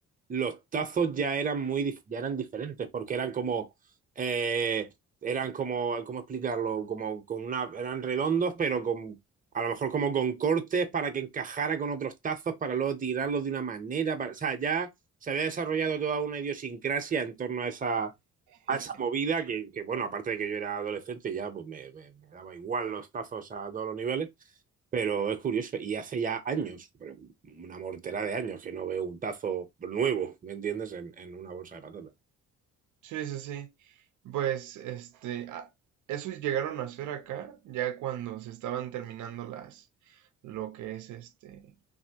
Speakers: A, on the right; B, on the right.
A: los tazos ya eran muy, dif- ya eran diferentes porque eran como, eh, eran como, ¿cómo explicarlo? Como con una, eran redondos, pero con, a lo mejor como con cortes para que encajara con otros tazos para luego tirarlos de una manera, para, o sea, ya se había desarrollado toda una idiosincrasia en torno a
B: <laughs>
A: esa movida que, que, bueno, aparte de que yo era adolescente, ya pues me, me, me, daba igual los tazos a todos los niveles, pero es curioso. Y hace ya años, pero una mortera de años, que no veo un tazo nuevo, ¿me entiendes?, en, en una bolsa de patatas.
B: Sí, sí, sí. Pues, este, a- eso llegaron a hacer acá, ya cuando se estaban terminando las, lo que es este,